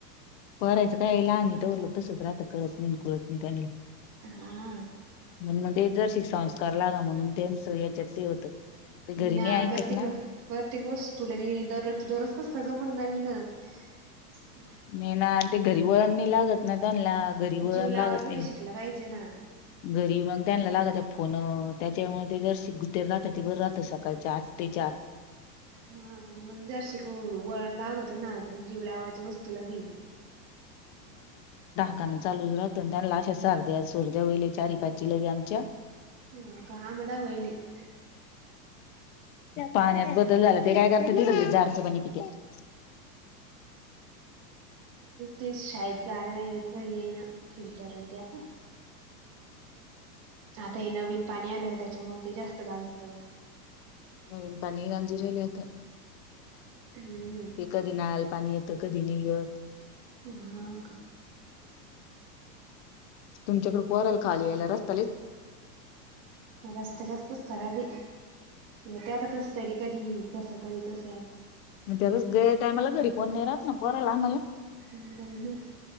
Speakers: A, on the left; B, on the right.
A: परायचं काय ल आणि तरवर लोक तसच राहत कळत नाही कुळत नाही त्यांला
B: हा
A: म्हणजे दर्शिक संस्कार लागा म्हणून त्यांचं याच्यात ते होतं ते घरी
B: ना
A: नाही ऐकत
B: प्रत्येक
A: ना
B: प्रत्येक वस्त तुलागे दररोजच दररोज कस काय म्हण नवी <unintelligible>
A: नाही ना ते घरी वळण नाही लागत ना त्यांनला घरी वळण
B: जीव लावाचं
A: लागत नाही.
B: बी शिकला पाहिजे ना.
A: घरी मग त्यांला लाग त्या फोन त्याच्यामुळे जर राहतं ते बर राहत सकाळच्या आठ ते चार
B: हा पण मग जरशी ख वळण लागवत ना जीवलावाच्या वस्तूला भिल
A: दका चालू रा लाश सर्ध्या सोर्ध्या वहिले चारी पाचची लवी आमच्या
B: ह काम लावायलीत
A: पाण्यात बदल झाला ते काय करत त जारचं पाणी पित्यात
B: ते शाळेत जाारवायचं ये ना फिल्टर आणि ते आता आता हे नवीन पाणी आलं न त्याच्यामुळे ते जास्त गाजत
A: हन पनीर गंजीर लत
B: हम्म
A: ते कधी नाळाल पाणी येतं कधी नाही येत
B: हा का?
A: तुमच्याकडडे पॉरल खाली यायला रस्
B: जास्त जास्तच करावी येत्यात कस तरी कधी तसं कधी तस
A: त्यातच टायमाला घरी कोण न राहात ना पोराला आणायला.
B: नाही नाही